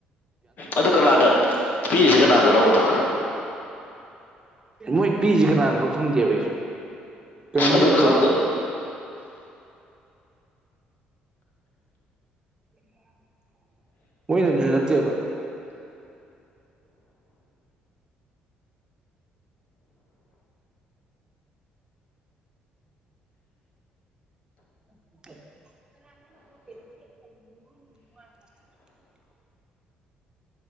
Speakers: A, on the left; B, on the right.
A: ꯑꯗꯨ ꯀꯅꯥꯗ ꯄꯤꯔꯤꯁꯤ ꯀꯅꯥꯗꯅꯣꯕ ꯑꯗꯣ
B: ꯃꯣꯏ ꯄꯤꯖꯦ ꯀꯅꯥꯗꯅꯣ ꯈꯪꯗꯦꯕ ꯑꯩꯁꯨ ꯀꯩꯅꯣ ꯃꯣꯏ
A: ꯑꯗꯨ ꯈꯪꯕ
B: ꯀꯩꯅꯣ <inaudible> <inaudible> ꯃꯣꯏꯅꯗꯤ ꯅꯠꯇꯦꯕ <unintelligible>